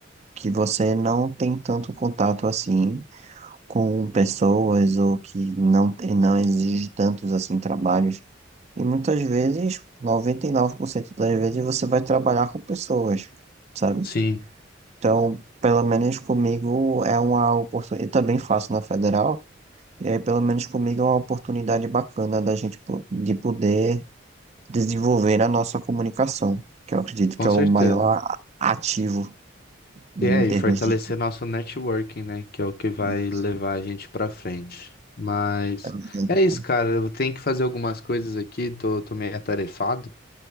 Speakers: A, on the right; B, on the left.
A: que você não tem tanto contato assim com pessoas ou que não, tem- não exige tantos assim trabalhos. E muitas vezes, 99% das vezes, você vai trabalhar com pessoas, sabe?
B: Sim,
A: Então, pelo menos comigo é uma oportunidade. Eu também faço na federal. E aí, pelo menos comigo, é uma oportunidade bacana da gente po- de poder desenvolver a nossa comunicação, que eu acredito
B: com
A: que é
B: certeza.
A: o maior a- ativo em
B: E é,
A: termos
B: e fortalecer
A: de.
B: nosso networking, né? Que é o que vai
A: de-
B: levar a gente pra frente. Mas
A: de-
B: é isso, cara. Eu tenho que fazer algumas coisas aqui, tô, tô meio atarefado,